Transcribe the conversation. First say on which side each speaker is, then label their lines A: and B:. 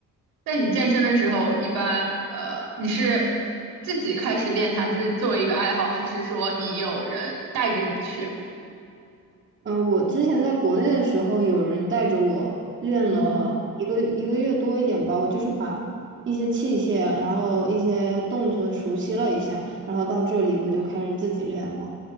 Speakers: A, on the right; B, on the right.
A: 那你健身的时候一般呃你是自己开始练它，就是作为一个爱好，还是说你有人带着你去？
B: 嗯、我之前在国内的时候，有人带着我练了一个一个月多一点吧，
A: 嗯
B: 我就是把一些器械，然后一些动作熟悉了一下，然后到这里我就开始自己练了。